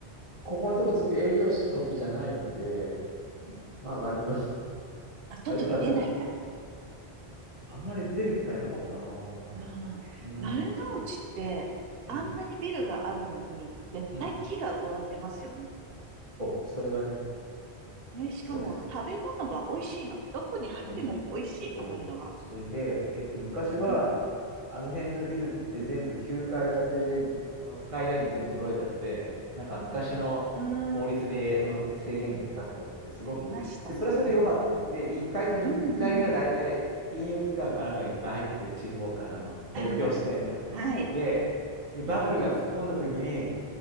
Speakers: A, on the right; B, on the right.
A: ここのとこずっと営業職じゃないので、
B: うん。
A: まあ、割と、<laughs>
B: あ、外に出ないんだ。
A: 割と楽だった。あんまり出る機会なかったなぁ。
B: うん。
A: うん、
B: 丸の内って、
A: そ
B: あんなにビルがあるのに、
A: う。うん、
B: 絶対木が植わってますよね。
A: うん。そう、それはね、
B: ね、しかも食べ物が美味しいの。
A: そうです。
B: どこに入っても美味しい、
A: うん。そう。
B: あの辺は。
A: それで、えっと、昔は、
B: うん。
A: あの辺のビルって全部9階建てで、あのスカイラインが全部揃えてあって、なんか昔の法律での制限で建てたって、
B: うん。
A: すごく、
B: ありましたね。
A: で、それはそれで良かったの。
B: うんうん。
A: で、1階と2、1階が大体金融機関かなんかいっぱい入ってて、地方からあの東京支店とか。
B: あはい。
A: で、で、バブルが吹っ飛んだ時に、
B: うん。